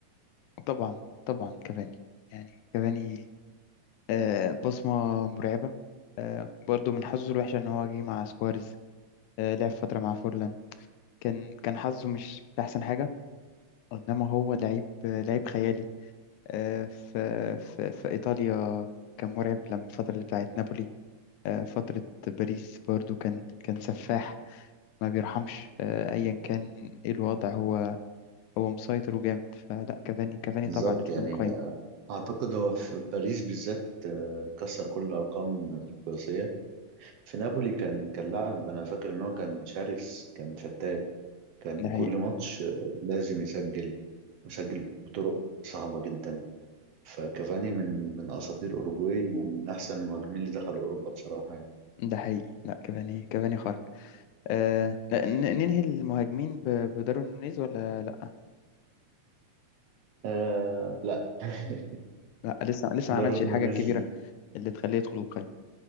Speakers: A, on the left; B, on the right.
A: طبعا طبعا كافاني يعني كافاني آه، بصمة مرعبة آه، برضه من حظه الوحش إن هو جه مع سواريز آه، لعب فترة مع فورلان كان كان حظه مش أحسن حاجة إنما هو لعيب آه، لعيب خيالي آه، في في في إيطاليا كان مرعب لما الفترة اللي بتاعت نابولي آه، فترة باريس برضه كان كان سفاح ما بيرحمش آه، أيا كان إيه الوضع هو هو مسيطر وجامد فلا كافاني كافاني
B: بالظبط
A: طبعا يدخل
B: يعني
A: القايمة
B: أعتقد هو في باريس بالذات آه، كسر كل الأرقام القياسية في نابولي كان كان لاعب أنا فاكر إن هو كان شرس كان فتاك كان
A: ده حقيقي
B: كل ماتش آه، لازم يسجل ويسجل بطرق صعبة جدا فكافاني من من أساطير أوروجواي ومن أحسن المهاجمين اللي دخلوا أوروبا بصراحة يعني.
A: ده حقيقي لا كافاني كافاني خارق آه ن- ن- ننهي المهاجمين ب- بداروين نونيز ولا لا
B: آه لا <laughs>
A: لا لسه لسه ما
B: داروين
A: عملش الحاجة
B: نونيز
A: الكبيرة اللي تخليه يدخل القايمة